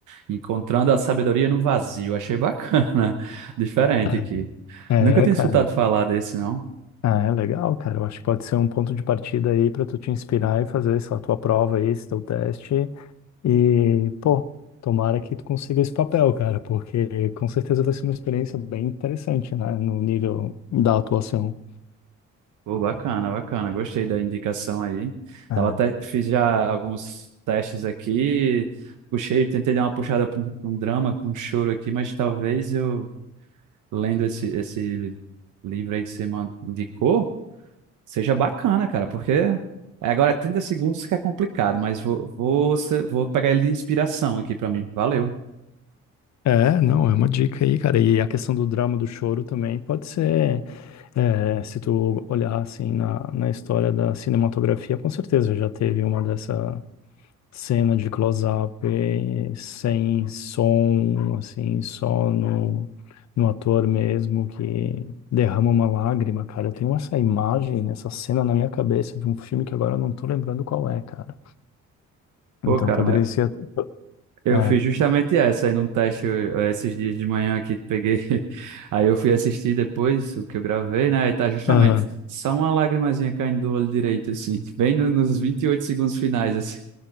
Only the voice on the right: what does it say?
encontrando a sabedoria no vazio. Achei bacana, <laughs> diferente
aqui.
Nunca tinha
escutado falar desse, não.
Pô, bacana, bacana. Gostei da indicação aí.
Tava até, fiz já alguns testes aqui, puxei, tentei dar uma puxada para um, pra um drama, pra um choro aqui, mas talvez eu, lendo esse, esse livro aí que você man- indicou, seja bacana, cara, porque agora é 30 segundos que é complicado, mas vou, vou, ser- vou pegar ele de inspiração aqui para mim. Valeu.
Pô,
cara,
mas
Eu
fiz justamente essa aí num teste eh, esses dias de manhã aqui, peguei. <laughs> Aí eu fui assistir depois o que eu gravei, né? E tá justamente
só uma lagrimazinha caindo do olho direito, assim, <laughs> bem no, nos 28 segundos finais, assim.